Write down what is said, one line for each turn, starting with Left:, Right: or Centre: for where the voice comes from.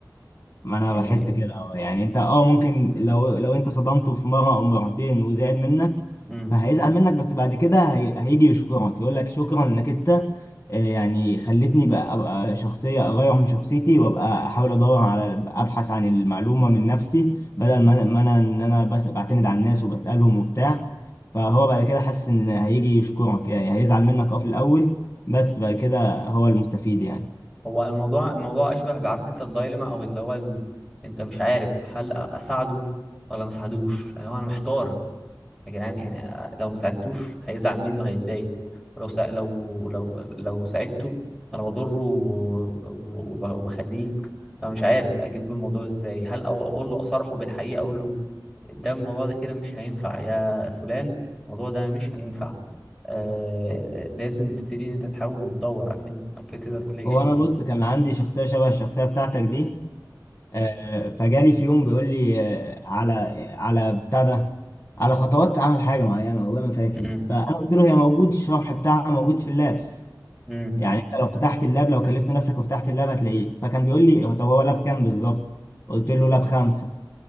Left: ما انا
Centre: يعني
Left: بحس كده اه يعني انت اه ممكن لو لو انت صدمته في مره او مرتين وزعل منك
Centre: إمم.
Left: فهيزعل منك بس بعد كده هي... هيجي يشكرك يقول لك شكرا انك انت آه، يعني خلتني بقى ابقى شخصيه اغير من شخصيتي وابقى احاول ادور على ابحث عن المعلومه من نفسي بدل ما انا ما انا ان انا بس بعتمد على الناس وبسالهم وبتاع فهو بعد كده حاسس ان هيجي يشكرك يعني هيزعل منك اه في الاول بس بعد كده هو المستفيد يعني
Centre: هو الموضوع الموضوع اشبه بعرف انت الدايلما او اللي هو ال... انت مش عارف هل اساعده ولا ما اساعدوش اللي هو انا محتار يا جدعان يعني لو ما ساعدتوش هيزعل مني وهيتضايق لو سا... لو لو لو ساعدته فانا بضره و- وب- وبخليه فمش عارف اجيب له الموضوع ازاي هل أو- اقول له اصارحه بالحقيقه اقول له ده الموضوع ده كده مش هينفع يا فلان الموضوع ده مش هينفع آه... لازم تبتدي ان انت تحاول وتدور عشان بعد كده تقدر تلاقي
Left: هو
Centre: شغل
Left: انا بص كان عندي شخصيه شبه الشخصيه بتاعتك دي آه، فجالي في يوم بيقول لي آه، على على بتاع ده على خطوات تعمل حاجه معينه والله ما فاكر
Centre: امم
Left: فانا قلت له هي موجود الشرح بتاعها موجود في اللابس
Centre: امم
Left: يعني انت لو فتحت اللاب لو كلفت نفسك وفتحت اللاب هتلاقيه فكان بيقول لي هو طب هو لاب كام بالظبط قلت له لاب خمسه